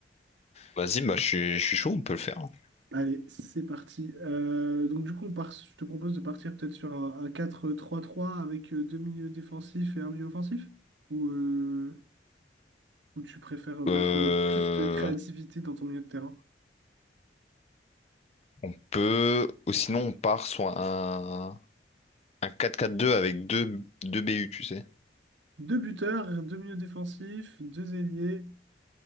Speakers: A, on the left; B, on the right.
A: Vas-y, bah je suis je suis chaud, on peut le faire. hein.
B: Allez, c'est parti. Euh, donc du coup, on part, je te propose de partir peut-être sur un, un 4 trois 3 avec euh, deux milieux défensifs et un milieu offensif? Ou, euh, ou tu préfères mettre
A: Euh,
B: euh, plus de créativité dans ton milieu de terrain?
A: on peut ou sinon on part sur un un quatre quatre deux avec deux deux BU, tu sais.
B: Deux buteurs, deux milieux défensifs, deux ailiers.